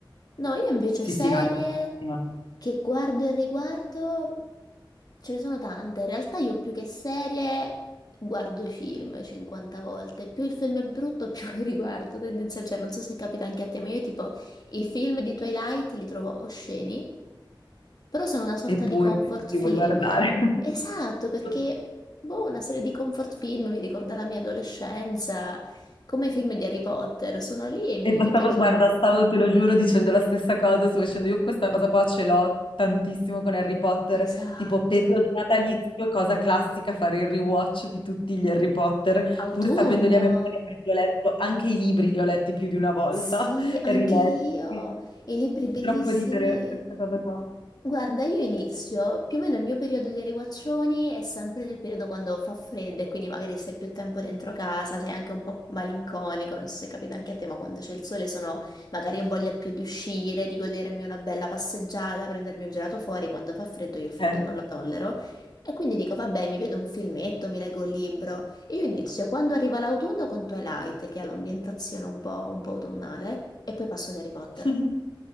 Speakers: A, on the left (about 50°); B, on the left (about 80°).
A: No, io invece
B: Sì,
A: serie
B: sì, no, è bellissimo.
A: che guardo e riguardo, ce ne sono tante. In realtà io più che serie guardo i film 50 volte. Più il film è brutto, <laughs> più lo riguardo. Tendenza, cioè, non so se capita anche a te, ma io tipo i film di Twilight li trovo osceni, però sono una sorta
B: eppure
A: di comfort
B: ci
A: film.
B: vuoi guardare.
A: Esatto, perché
B: <laughs>
A: boh, una serie di comfort film mi ricorda la mia adolescenza, come i film di Harry Potter, sono lì e me
B: E
A: li
B: ma
A: metto
B: stavo-
A: di sotto.
B: guarda, stavo, te lo giuro, dicendo la stessa cosa, stavo dicendo io questa cosa qua ce l'ho tantissimo con Harry Potter,
A: Esatto.
B: tipo periodo natalizio, cosa classica, fare il rewatch di tutti gli Harry Potter,
A: Autunno.
B: pur sapendoli a memoria, perché li ho letto, anche i libri li ho letti più di una volta
A: Sì,
B: <laughs>
A: anche
B: e riletti.
A: io,
B: Quindi
A: e libri bellissimi.
B: Fa Troppo ridere questa cosa qua.
A: Guarda, io inizio, più o meno il mio periodo dei riguaccioni è sempre nel periodo quando fa freddo e quindi magari stai più tempo dentro casa, sei anche un po' malinconico, non so se capita anche a te, ma quando c'è il sole sono, magari ho voglia più di uscire, di godermi una bella passeggiata, prendermi un gelato fuori, quando fa freddo io il freddo
B: Certo.
A: non lo tollero. E quindi dico, vabbè, mi vedo un filmetto, mi leggo un libro. Io inizio quando arriva l'autunno con Twilight, che ha l'ambientazione un po', un po' autunnale, e poi passo ad Harry Potter.
B: <laughs>